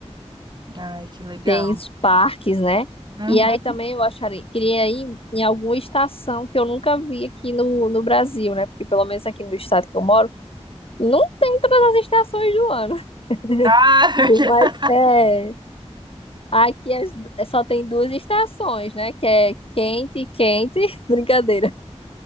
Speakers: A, on the right (about 40°); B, on the left (about 55°).
A: Ai, que legal.
B: tem os parques, né?
A: Uhum.
B: E aí também eu acharia, queria ir em em alguma estação que eu nunca vi aqui no, no Brasil, né? Porque pelo menos aqui no estado que eu moro, não tem todas as estações do ano. <laughs>
A: Ah,
B: Por mais é, aqui as- só tem duas estações, né? Que é quente e quente, <laughs> brincadeira.